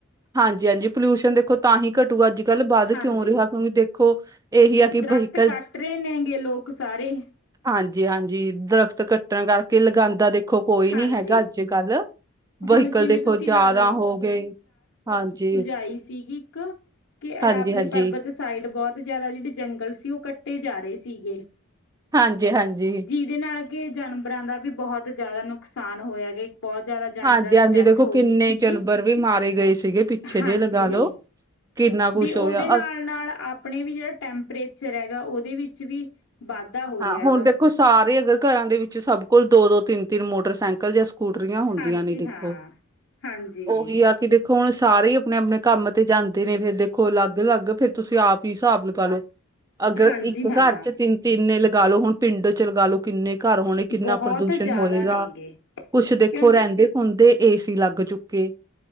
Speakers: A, on the right (about 15°); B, on the left (about 65°).
A: ਹਾਂਜੀ ਹਾਂਜੀ ਪੋਲਿਊਸ਼ਨ ਦੇਖੋ ਤਾਂ ਹੀ ਘਟੂਗਾ ਅੱਜ ਕੱਲ੍ਹ ਵੱਧ ਕਿਉਂ
B: ਹਾਂਜੀ
A: ਰਿਹਾ ਕਿਉਂਕਿ ਦੇਖੋ ਇਹੀ ਆ ਕਿ
B: ਦਰਖਤ
A: ਵਹੀਕਲ
B: ਕੱਟ ਰਹੇ ਨੇਗੇ ਲੋਕ ਸਾਰੇ
A: ਹਾਂਜੀ ਹਾਂਜੀ ਦਰਖਤ ਕੱਟਣ ਕਰਕੇ ਲਗਾਦਾ ਦੇਖੋ ਕੋਈ
B: ਹਾਂਜੀ
A: ਨੀ ਹੈਗਾ ਅੱਜ ਕੱਲ
B: ਹੁਣ
A: ਵਹੀਕਅਲ
B: ਜਿਵੇਂ
A: ਦੇਖੋ
B: ਤੁਸੀਂ
A: ਜ਼ਿਆਦਾ
B: ਲਾ
A: ਹੋ ਗਏ ਹਾਂਜੀ
B: ਈ ਸੀਗੀ ਇੱਕ ਕਿ
A: ਹਾਂਜੀ-ਹਾਂਜੀ,
B: ਅਰਾਬਲੀ ਪਰਬਤ ਸਾਈਡ ਬਹੁਤ ਜ਼ਿਆਦਾ ਜਿਹੜੇ ਜੰਗਲ ਸੀ ਉਹ ਕੱਟੇ ਜਾ ਰਹੇ ਸੀਗੇ
A: ਹਾਂਜੀ ਹਾਂਜੀ
B: ਜਿਦੇ ਨਾਲ ਕਿ ਜਾਨਵਰਾਂ ਦਾ ਵੀ ਬਹੁਤ ਜ਼ਿਆਦਾ ਨੁਕਸਾਨ ਹੋਇਆਗਾ ਇਕ ਬਹੁਤ ਜ਼ਿਆਦਾ ਜਾਨਵਰਾਂ
A: ਹਾਂਜੀ-ਹਾਂਜੀ
B: ਦੀ ਡੈਥ
A: ਦੇਖੋ
B: ਹੋ
A: ਕਿੰਨੇ
B: ਗੀ ਸੀਗੀ
A: ਜਾਨਵਰ ਵੀ ਮਾਰੇ ਗਏ ਸੀਗੇ ਪਿੱਛੇ
B: ਹਾਂਜੀ
A: ਜੇ ਲਗਾ ਲੋ। ਕਿੰਨਾ ਕੁਛ
B: ਵੀ ਉਦੇ
A: ਹੋਇਆ
B: ਨਾਲ ਨਾਲ ਆਪਣੇ ਵੀ ਜਿਹੜਾ ਟੈਂਪਰੇਚਰ ਹੈਗਾ ਉਦੇ ਵਿੱਚ ਵੀ ਵਾਧਾ ਹੋ
A: ਹਾਂ
B: ਰਿਹਾ ਹੈਗਾ
A: ਹੁਣ ਦੇਖੋ ਸਾਰੇ ਅਗਰ ਘਰਾਂ ਦੇ ਵਿੱਚ ਸਭ ਕੋਲ ਦੋ ਦੋ ਤਿੰਨ ਤਿੰਨ ਮੋਟਰਸਾਈਕਲ ਜਾਂ ਸਕੂਟਰੀਆਂ ਹੁੰਦੀਆਂ
B: ਹਾਂਜੀ
A: ਨੀ ਦੇਖੋ
B: ਹਾਂ ਹਾਂਜੀ।
A: ਉਹੀ ਆ ਕਿ ਦੇੋ ਖੋ ਹੁਣ ਸਾਰੇ ਹੀ ਆਪਣੇ ਆਪਣੇ ਕੰਮ ਤੇ ਜਾਂਦੇ ਨੇ ਫੇਰ ਦੇਖੋ ਲੱਗ ਲੱਗ ਫੇਰ ਤੁਸੀਂ ਆਪ ਈ ਸਾਬ ਲਗਾ ਲਓ ਅਗਰ
B: ਹਾਂਜੀ
A: ਇੱਕ
B: ਹਾਂ
A: ਘਰ ਚ ਤਿੰਨ ਤਿੰਨ ਨੇ ਲਗਾ ਲੋ ਹੁਣ ਪਿੰਡ ਚ ਲਗਾ ਲੋ ਕਿੰਨੇ ਘਰ ਹੋਣੇ ਕਿੰਨਾ
B: ਬਹੁਤ
A: ਪ੍ਰਦੂਸ਼ਣ
B: ਜ਼ਿਆਦਾ
A: ਹੋਏਗਾ
B: ਨੇ ਗੇ
A: ਕੁਛ ਦੇਖੋ
B: ਕਿਉਂਕਿ
A: ਰਿੰਦੇ ਹੁਣ ਤੇ ਏ ਸੀ ਲੱਗ ਚੁੱਕੇ